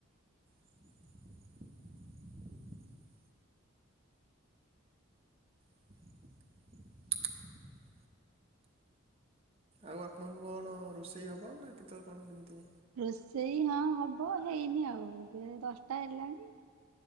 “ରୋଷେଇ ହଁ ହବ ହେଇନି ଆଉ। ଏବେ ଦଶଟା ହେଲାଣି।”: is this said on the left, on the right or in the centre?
Right